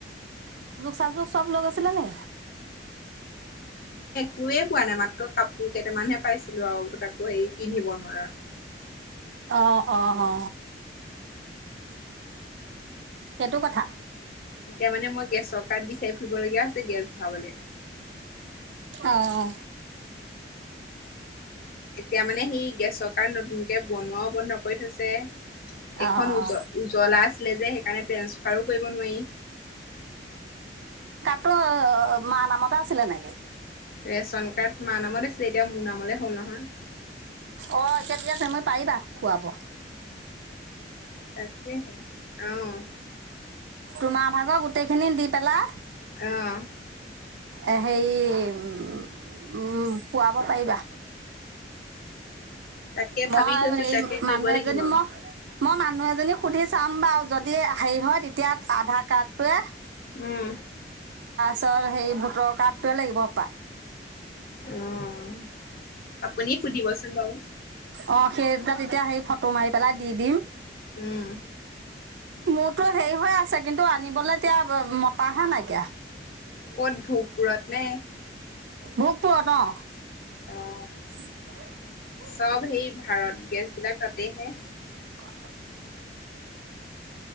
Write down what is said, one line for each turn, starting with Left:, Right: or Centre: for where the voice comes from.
Right: চাজবোক চব লৈ গৈছিলা নি
Left: একুৱে পোৱা নাই মাত কাপোৰ কেইটামানহে পাইছিলো আৰু তাকো হেৰি পিন্ধিব নোৱাৰা
Right: অ অ অ সেইটো কথা
Left: এতিয়া মানে মই গেছ চকাত বিচাৰি ফুৰিব লগীয়া হৈছে গেছ ভৰাবলে
Right: অ অ
Left: এতিয়া মানে সি গেছৰ কাৰ নতুনকে বনোৱাও বন্ধ কৰি থৈছে এখন
Right: অ
Left: উজ
Right: অ
Left: উজ্বলা লেজে সেইকাৰনে সাৰো কৰিব নোৱাৰি?
Right: তো মা নামতে আছিলে নেকি?
Left: ৰেচন কাৰ্ড মা নামত আছিলে এতিয়া মোৰ নামলে হ'ল নহয়।
Right: অ' এতিয়াতিয়া তুমি পাৰিবা পুৱাব।
Left: তাকেহে অ'
Right: তোমাৰ ভাগৰ গোটেই খিনি দি পেলা
Left: আহ।
Right: এ হেই উ উ পোৱাব পাৰিবা।
Left: তাকে
Right: মই
Left: ভাবি থৈছো
Right: হে
Left: তাকে কৰিব
Right: মানুহ
Left: লাগিব।
Right: এজনী ম মই মানুহ এজনীক সুধি চাম বাৰু যদি হেৰি হয় তেতিয়া আধাৰ কাৰ্ডটোৱে
Left: উম।
Right: ছত সেই ভোটৰ কাৰ্ডটোৱে লাগিব পায়
Left: অ' আপুনি সুধিবচোন বাৰু
Right: অ' সেইতা এতিয়া সেই ফটো মাৰি পেলাই দি দিম
Left: উম।
Right: মোৰতো হেৰি হৈ আছে কিন্তু আনিবলৈ এতিয়া মতাহে নাইকিয়া।
Left: ক'ত ভোপুৰত নে?
Right: ভুকপোৰত অ
Left: অ'
Right: <inaudible>
Left: চব সেই ভাৰত গেছ বিলাক তাতেহে।
Right: ক <unintelligible>